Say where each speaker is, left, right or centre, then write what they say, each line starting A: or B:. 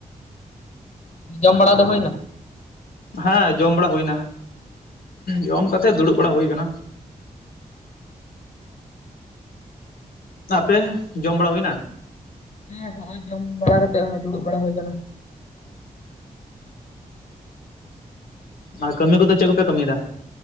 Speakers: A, on the left (about 50°); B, on the left (about 75°).
A: ᱡᱚᱢ ᱵᱟᱲᱟ ᱫᱚ ᱦᱩᱭ ᱮᱱᱟ᱾
B: ᱦᱟᱸ ᱡᱚᱢ ᱵᱟᱲᱟ ᱦᱩᱭᱮᱱᱟ᱾ ᱡᱚᱢ ᱠᱟᱛᱮ ᱫᱩᱲᱩᱵ ᱵᱟᱲᱟ ᱦᱩᱭ ᱠᱟᱱᱟ᱾
A: <inaudible>
B: ᱟᱯᱮ ᱡᱚᱢ ᱵᱟᱲᱟ ᱦᱩᱭᱮᱱᱟ?
A: <unintelligible> ᱠᱟᱛᱮᱜ ᱱᱚᱜ-ᱚᱭ ᱫᱩᱲᱩᱵ ᱵᱟᱲᱟ ᱦᱩᱭ ᱟᱠᱟᱱᱟ᱾
B: ᱟᱨ ᱠᱟᱹᱢᱤ ᱠᱚᱫᱚ ᱪᱮᱫ ᱠᱚᱯᱮ ᱠᱟᱹᱢᱤ ᱭᱮᱫᱟ?